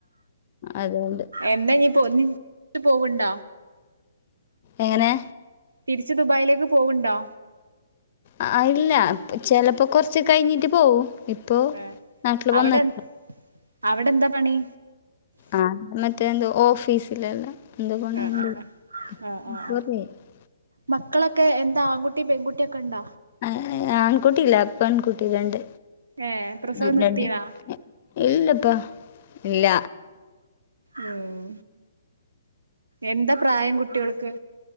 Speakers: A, on the left; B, on the right.
A: അതോണ്ട്
B: എന്ന നീ പോര്ണ്. ട്ട് പോവ്ണ്ട
A: എങ്ങനെ?
B: തിരിച്ച് ദുബായിലേക്ക് പോവ് ണ്ടൊ?
A: അആ ഇല്ല, ചെലപ്പോ കൊർച്ച് കഴിഞ്ഞിറ്റ് പോവും. ഇപ്പോൾ
B: ഉം,
A: നാട്ടിൽ
B: അവടെൻ
A: വന്നിട്ട്
B: അവടെ ന്താ പണി?
A: ആഹ്, ന്നട്ട് എന്ത്? ഓഫീസിലല്ല. ന്തോപണിണ്ട്.
B: ആഹ് ആഹ് ആഹ്
A: <unintelligible>
B: ആഹ് ആഹ് ആഹ്
A: <unintelligible>
B: മക്കളൊക്കെ എന്താ ആങ്കുട്ടി പെങ്കുട്ടി ഒക്കെ ണ്ട?
A: ഏഹ്, ആൺകുട്ടിയില്ല. പ്പൺ കുട്ടി രണ്ട്
B: ഏഹ് പ്രസവം
A: <unintelligible>
B: നിർത്തീണോ
A: ഇല്ലപ്പ. ഇല്ല
B: ഉം, എന്താ പ്രായം കുട്ടിയോൾക്ക്